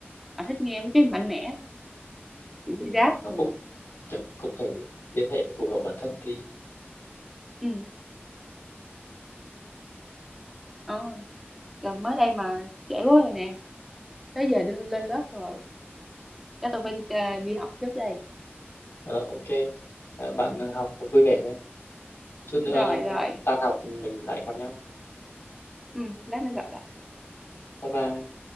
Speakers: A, in the centre; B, on the left.
A: à, thích nghe mấy cái mạnh mẽ kiểu
B: thì
A: như rap
B: nó
A: rồi
B: cũng kiểu cũng phải liên hệ phù hợp bản thân tí
A: ừ. Ờ, trời, mới đây mà trễ quá rồi nè tới giờ đi lên lớp rồi chắc tôi phải đi, à, đi học trước đây
B: Ờ, ok Ờ, bạn ờ, học vui vẻ nhé chút nữa
A: rồi rồi
B: tan học mình lại gặp nhau
A: ừ, lát nữa gặp lại
B: bye bye